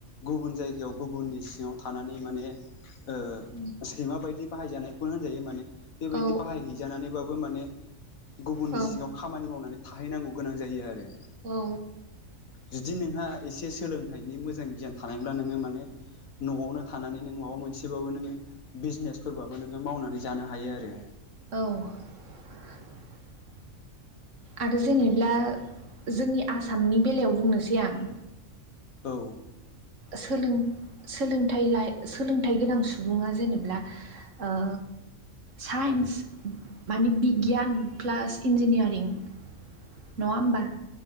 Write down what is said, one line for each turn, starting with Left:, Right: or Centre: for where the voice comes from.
Left: गुबुन जायगायाव गुबुननि सिङाव थानानै माने ओ
Right: औ
Left: सैमा बायदि बाहायजानायखौनो होनजायो माने बेबायदि
Right: औ
Left: बाहायहैजानानैबाबो माने गुबुननि
Right: औ
Left: सिङाव खामानि मावनानै थाहैनांगौ गोनां जायो आरो
Right: औ
Left: जुदि नोंहा एसे सोलोंथाइनि मोजां गियान थानायब्ला नोङो माने न'आवनो थानानै नों माबा मोनसे मोनसेबाबो नोङो बिजनेसफोरबाबो नोङो मावनानै जानो हायो आरो
Right: औ आरो जेनेब्ला जोंनि आसामनि बेलायाव बुंनोसै आं
Left: औ
Right: सोलों सोलोंथाइ लाइ सोलोंथाइ गोनां सुबुङा जेनेब्ला ओ सा साइन्स माने बिगियान प्लास इन्जिनियारिं
Left: <inaudible>
Right: नङा होमबा